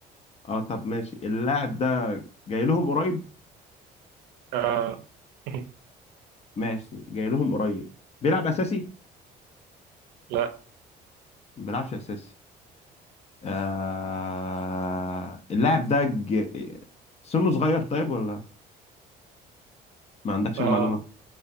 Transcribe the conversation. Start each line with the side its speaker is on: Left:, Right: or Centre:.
Left: اه طب ماشي اللاعب ده جاي لهم قريب
Right: اه <laughs>
Left: ماشي جاي لهم قريب بيلعب اساسي
Right: لا
Left: ما بيلعبش اساسي آه... اللاعب ده ج... سنه صغير طيب ولا ما عندكش
Right: اه
Left: المعلومة